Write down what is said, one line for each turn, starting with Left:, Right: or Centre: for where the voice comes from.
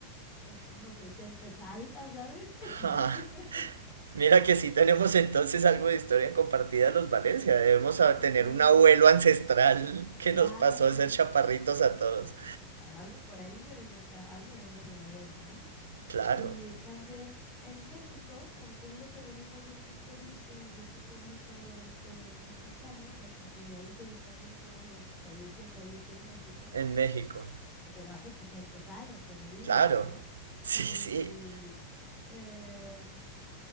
Left: eh, unos 60 altas, ¿sabes? <laughs>
Right: Ja, Mira que sí tenemos entonces algo de historia compartida los Valencia, debemos
Left: Sí,
Right: a-
Left: pues
Right: tener
Left: a lo
Right: un
Left: mejor,
Right: abuelo ancestral que
Left: claro,
Right: nos pasó a ser
Left: yo
Right: chaparritos
Left: creo que,
Right: a todos.
Left: pues sí, a- algo por ahí debe de, algo debe de haber, ¿no?
Right: Claro,
Left: Y también en México, como te digo que venimos de estos pueblitos, de este pueblito este michoacano, o sea, como que de ahí se desprenden todos los Valencia que hay aquí en México,
Right: en México.
Left: eh, pero hace 500 años, como dices,
Right: Claro.
Left: ¿no?
Right: Sí,
Left: Y
Right: sí.
Left: em,